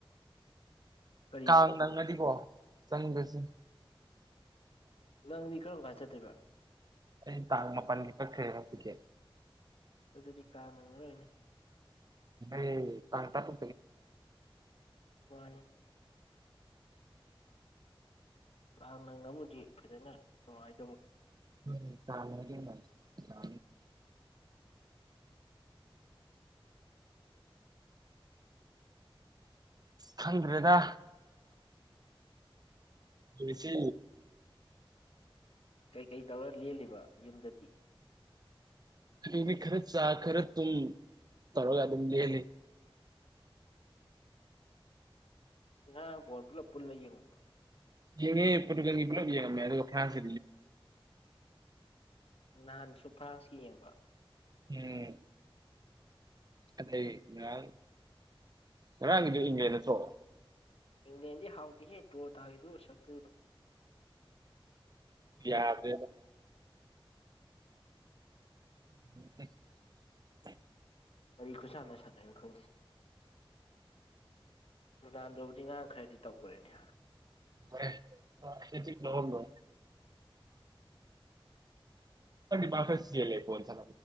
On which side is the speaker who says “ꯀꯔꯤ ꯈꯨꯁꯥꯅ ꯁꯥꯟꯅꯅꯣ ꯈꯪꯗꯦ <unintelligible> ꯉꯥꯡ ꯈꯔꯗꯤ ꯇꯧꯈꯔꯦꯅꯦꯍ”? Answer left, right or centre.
Left